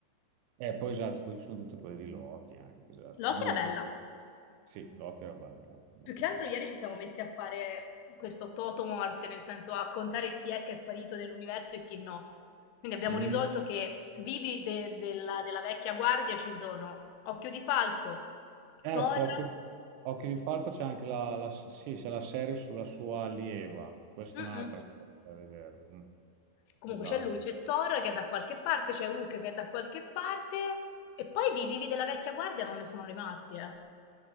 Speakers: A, on the right; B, on the left.
A: E poi esatto, poi ci sono tutte quelle di Loki anche, esatto.
B: Loki
A: Due,
B: era bella.
A: sì, Loki era bello, molto, molto
B: Più che
A: bello.
B: altro ieri ci siamo messi a fare questo toto morte, nel senso a contare chi è che è sparito dell'universo e chi no. Quindi abbiamo
A: Mm.
B: risolto che vivi de- della, della vecchia guardia ci sono Occhio di Falco,
A: Ecco,
B: Thor.
A: Occhio Occhio di Falco c'è anche la, la- sì, c'è la serie sulla sua allieva. Questa
B: Mm-mm.
A: è un'altra storia da vedere. Mm,
B: Comunque
A: esatto.
B: c'è lui, c'è Thor che è da qualche parte, c'è Hulk che è da qualche parte, e poi di vivi della vecchia guardia non ne sono rimasti, eh.